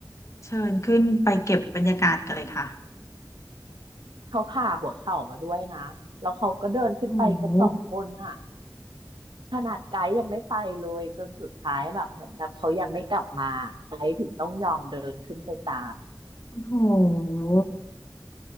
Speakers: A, on the left (about 40°); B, on the right (about 80°).
A: เชิญขึ้นไปเก็บบรรยากาศกันเลยค่ะ
B: เขาผ่าหัวเข่ามาด้วยนะแล้วเขาก็เดินขึ้นไปกันสองคนอ่ะ
A: โอ้โห
B: ขนาดไกด์ยังไม่ไปเลยจนสุดท้ายแบบเหมือนแบบเขายังไม่กลับมาไกด์ถึงต้องยอมเดินขึ้นไปตาม
A: โอ้โห